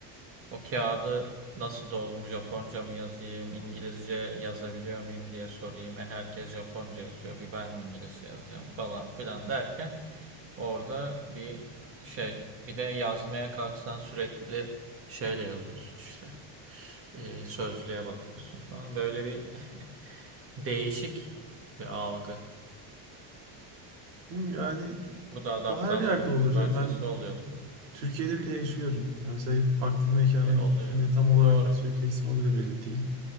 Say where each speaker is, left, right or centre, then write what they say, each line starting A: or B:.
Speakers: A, on the right; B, on the right.
A: O kağıdı nasıl doldum? Japonca mı yazayım? İngilizce yazabiliyor muyum diye sorayım. E herkes Japonca yazıyor. Bir ben mi İngilizce yazacağım falan filan derken orada bir şey. Bir de yazmaya kalksan sürekli şeyle yazıyorsun işte. E, sözlüğe bakıyorsun falan. Böyle bir <laughs> değişik bir algı.
B: Hı, Yani
A: Bu da adaptasyonun
B: o her yerde olur.
A: bir parçası
B: ya. Ben
A: oluyor tabii.
B: Türkiye'de bile yaşıyorum. Ya mesela farklı bir mekana
A: E, oluyor
B: gittiğinde
A: evet.
B: tam olarak
A: Doğru.
B: ne söyleyeceksin o bile belli değil.